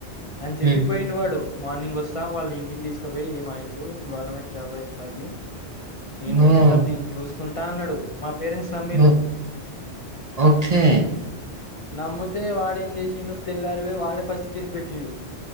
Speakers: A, on the left (about 35°); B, on the right (about 40°).
A: అన్ చెప్పి
B: హ్మ్.
A: పోయిండు వాడు మార్నింగొస్తా వాళ్ళు ఇ టికి దీస్కపొయ్యి ఇది మా ఇల్లు నేన్ గవర్నమెంట్ జాబ్ ఎంప్లాయిని నేన్ మొత్తం
B: ఓహ్!
A: నేన్ జూస్ కుంటా అన్నాడు మా పేరెంట్స్ నమ్మిళ్ళు
B: ఓహ్! ఓకే
A: నమ్ముతే వాడేం జేసిండు తెల్లారివొయ్ వాడే ఫస్ట్ కేస్ బెట్టిండు